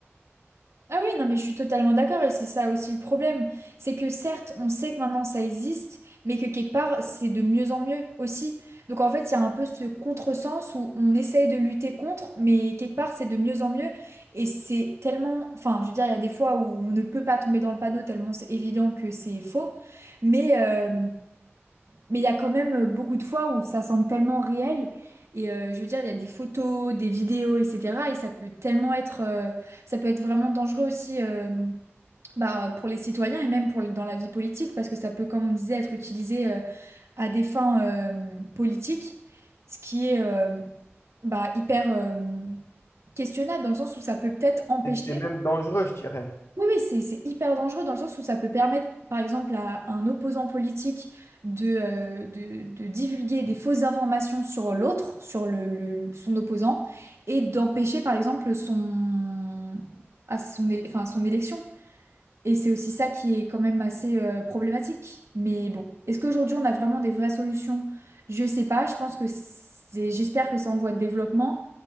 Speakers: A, on the right; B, on the left.
A: Ah oui, non, mais je suis totalement d'accord et c'est ça aussi le problème. C'est que certes, on sait que maintenant ça existe, mais que quelque part, c'est de mieux en mieux aussi. Donc en fait, il y a un peu ce contresens où on essaye de lutter contre, mais quelque part, c'est de mieux en mieux. Et c'est tellement... Enfin, je veux dire, il y a des fois où on ne peut pas tomber dans le panneau tellement c'est évident que c'est faux. Mais euh, mais il y a quand même beaucoup de fois où ça semble tellement réel. Et euh, je veux dire, il y a des photos, des vidéos, etc. Et ça peut tellement être... euh, ça peut être vraiment dangereux aussi euh, bah, pour les citoyens et même pour, le- dans la vie politique, parce que ça peut, comme on disait, être utilisé euh, à des fins euh, politiques, ce qui est euh, bah, hyper euh, questionnable, dans le sens où ça peut peut-être empêcher...
B: C'était même dangereux, je dirais.
A: Oui, oui, c'est, c'est hyper dangereux, dans le sens où ça peut permettre, par exemple, à un opposant politique de, euh, de, de divulguer des fausses informations sur l'autre, sur le, le- son opposant, et d'empêcher, par exemple, son... à son, é- enfin, son élection. Et c'est aussi ça qui est quand même assez euh, problématique. Mais bon, est-ce qu'aujourd'hui on a vraiment des vraies solutions? Je sais pas, je pense que c'est, j'espère que ça en voie de développement,